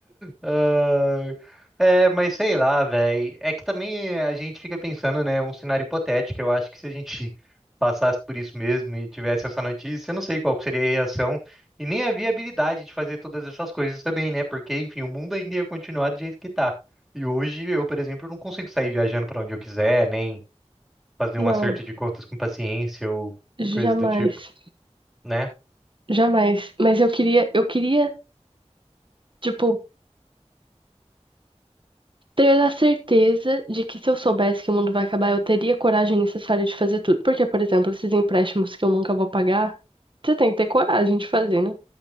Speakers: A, in the centre; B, on the right (about 45°).
A: Ai. É, mas sei lá, velho. É que também a gente fica pensando, né? Um cenário hipotético. Eu acho que se a gente passasse por isso mesmo e tivesse essa notícia, eu não sei qual que seria a reação e nem a viabilidade de fazer todas essas coisas também, né? Porque, enfim, o mundo ainda ia continuar do jeito que tá. E hoje eu, por exemplo, não consigo sair viajando pra onde eu quiser, nem fazer
B: Não,
A: um acerto de contas com paciência ou
B: jamais.
A: coisa do tipo, né?
B: Jamais. Mas eu queria, eu queria, tipo, ter a certeza de que se eu soubesse que o mundo vai acabar, eu teria a coragem necessária de fazer tudo. Porque, por exemplo, esses empréstimos que eu nunca vou pagar, você tem que ter coragem de fazer, né?